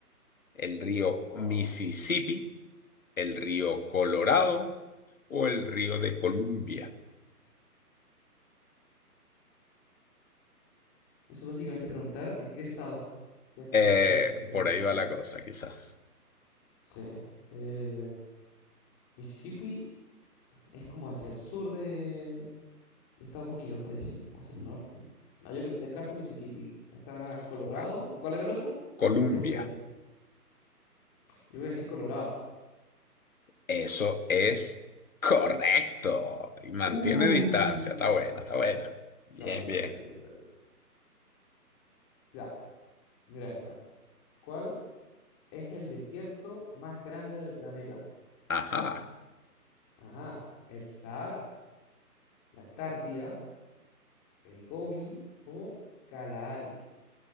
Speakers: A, on the left (about 60°); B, on the left (about 20°).
A: ¿El río
B: Wow.
A: Mississippi, el río Colorado o el río de Columbia?
B: Eso es básicamente preguntar en qué estado, en qué estado
A: Eh,
B: está el el
A: por
B: Gran
A: ahí
B: Cañón.
A: va la cosa, quizás.
B: Sí. Eh, Mississippi es como hacia el sur de, de Estados Unidos, parece, o hacia el
A: Mm,
B: norte. No, yo creo- descarto Mississippi. Está
A: Fue
B: Colorado, ¿o cuál era el otro?
A: Columbia.
B: Columbia. Yo voy a decir Colorado.
A: Eso es correcto. Y mantiene
B: Uh,
A: distancia. Está buena, está buena. Bien,
B: está bien,
A: bien.
B: está bien, está bien. Ya, mira esta. ¿Cuál es el desierto más grande del planeta?
A: Ajá.
B: Ajá, el Sahara, la Antártida, el Gobi o Kalahari.